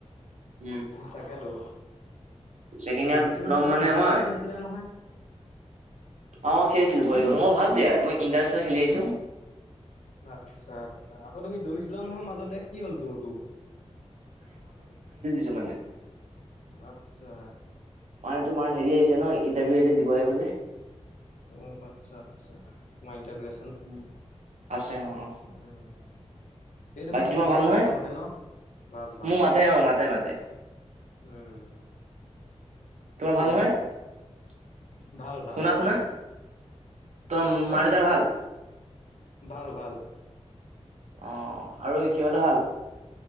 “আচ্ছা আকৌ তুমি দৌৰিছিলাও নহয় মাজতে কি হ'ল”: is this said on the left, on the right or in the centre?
Left